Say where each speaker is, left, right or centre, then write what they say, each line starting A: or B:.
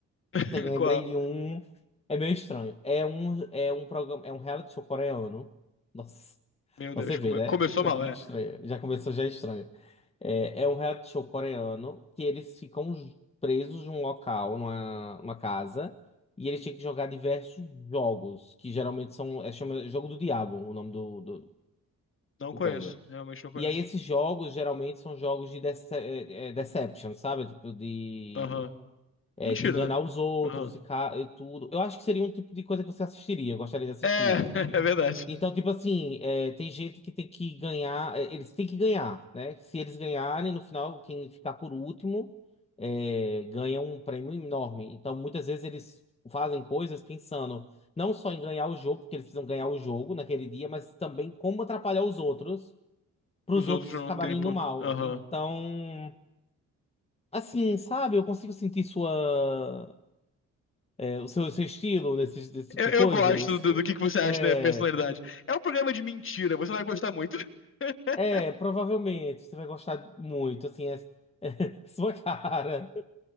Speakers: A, on the left; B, on the left.
A: <laughs>
B: Tem, lembrei
A: Qual?
B: de um. É meio estranho. É um, é um programa, é um reality show coreano. Nossa,
A: Meu
B: você
A: Deus,
B: vê,
A: come-
B: né?
A: começou
B: Totalmente
A: mal, é.
B: estranho. Já começou já é estranho. É, é um reality show coreano que eles ficam j- presos num local, numa, numa casa, e eles têm que jogar diversos jogos, que geralmente são, é chama Jogo do Diabo, o nome do, do,
A: Não
B: do
A: conheço.
B: coisa.
A: Realmente não conheço.
B: E aí esses jogos geralmente são jogos de dece- é, é, deception, sabe? Tipo de
A: Aham.
B: é,
A: Mentira,
B: de enganar
A: né?
B: os outros
A: Aham.
B: e, ca- e tudo. Eu acho que seria um tipo de coisa que você assistiria, eu gostaria de assistir.
A: É, <laughs> é verdade.
B: Então, tipo assim, é, tem gente que tem que ganhar, é, eles têm que ganhar, né? Se eles ganharem, no final, quem ficar por último é, ganha um prêmio enorme. Então, muitas vezes eles fazem coisas pensando não só em ganhar o jogo, porque eles precisam ganhar o jogo naquele dia, mas também como atrapalhar os outros, para
A: Os
B: os
A: outros
B: outros
A: não
B: acabarem
A: têm ponto.
B: indo mal.
A: Aham.
B: Então, assim, sabe, eu consigo sentir sua. É, o seu, o seu estilo nesse, desse tipo
A: Eu,
B: de
A: eu
B: coisa?
A: gosto
B: desse-
A: do, do que que você acha
B: é,
A: da personalidade. É um programa de mentira, você vai gostar muito. <laughs>
B: é, provavelmente você vai gostar muito, assim, é, <laughs> é sua cara.